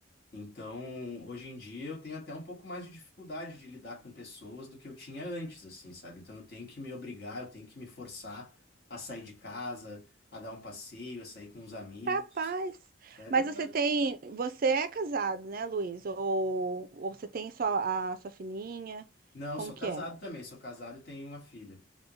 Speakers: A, on the left; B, on the right.
A: Então, hoje em dia eu tenho até um pouco mais de dificuldade de lidar com pessoas do que eu tinha antes, assim, sabe? Então eu tenho que me obrigar, eu tenho que me forçar a sair de casa, a dar um passeio, a sair com os amigos.
B: Capaz.
A: É verdade.
B: Mas você tem, você é casado, né, Luiz? Ou, ou você tem só a sua filhinha?
A: Não,
B: Como
A: sou
B: que
A: casado
B: é?
A: também, sou casado e tenho uma filha.